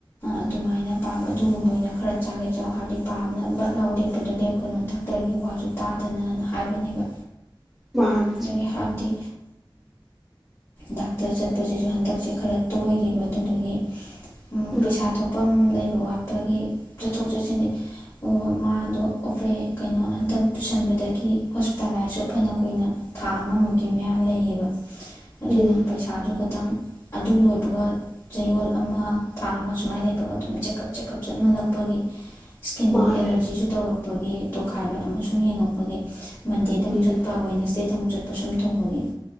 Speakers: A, on the left; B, in the centre.
A: ꯑꯗꯨꯃꯥꯏꯅ ꯄꯥꯕ ꯑꯗꯨꯒꯨꯝꯕ ꯑꯣꯏꯅ ꯈꯔ ꯆꯥꯒꯦ ꯆ ꯍꯥꯏꯕꯗꯤ ꯄꯥꯕꯅ ꯕꯠ ꯂꯥꯎ ꯂꯦꯞꯄꯗꯨ ꯂꯦꯞꯀꯅꯨ ꯗꯥꯛꯇꯔꯒꯤ ꯋꯥꯁꯨ ꯇꯥꯗꯅꯅ ꯍꯥꯏꯕꯅꯦꯕ
B: ꯃꯥꯅꯦ
A: ꯑꯗꯒꯤ ꯍꯥꯏꯕꯗꯤ ꯗꯥꯛꯇ ꯆꯠꯄꯁꯤꯁꯨ ꯍꯟꯗꯛ ꯄꯛꯁꯦ ꯈꯔ ꯇꯣꯏꯒꯤꯕ ꯑꯗꯨꯗꯨꯒꯤ
B: ꯎꯝ
A: ꯄꯩꯁꯥ ꯊꯣꯛꯄꯝ ꯂꯩꯔꯨ ꯋꯥꯠꯄꯒꯤ ꯆꯠꯊꯣꯛ ꯆꯠꯁꯤꯟꯗꯤ ꯎ ꯃꯥꯗꯣ ꯑꯣꯄꯔꯦ ꯀꯩꯅꯣ ꯍꯟꯗꯛ ꯇꯨꯁꯟꯕꯗꯒꯤ ꯍꯣꯁꯄꯤꯇꯥꯂꯥꯏꯁꯁꯨ ꯐꯅ ꯀꯨꯏꯅ ꯊꯥ ꯑꯃꯃꯨꯛꯀꯤ ꯃꯌꯥ ꯂꯩꯌꯦꯕ ꯑꯗꯨꯅ
B: ꯎꯝ
A: ꯄꯩꯁꯥꯁꯨ ꯈꯇꯪ ꯑꯗꯨ ꯂꯣꯏꯕꯒ ꯆꯌꯣꯜ ꯑꯃ ꯊꯥ ꯑꯃ ꯁꯨꯃꯥꯏꯅ ꯂꯩꯕꯒ ꯑꯗꯨꯝ ꯆꯦꯛꯀꯞ ꯆꯦꯛꯀꯞ ꯆꯠꯃꯜꯂꯛꯄꯒꯤ ꯏꯁꯀꯤꯟ
B: ꯃꯥꯅꯦ
A: ꯑꯦꯂꯔꯖꯤꯁꯨ ꯇꯧꯔꯛ ꯕꯒꯤ ꯇꯣꯈꯥꯏꯕ ꯑꯃꯁꯨꯡ ꯌꯦꯡꯉꯛꯄꯒꯤ ꯃꯟꯗꯨꯛ
B: ꯎꯝ
A: ꯆꯠꯄ ꯋꯦꯅꯦꯁꯗ ꯑꯃꯨꯛ ꯆꯠꯄ ꯁꯨꯝ ꯇꯧꯕꯅꯤ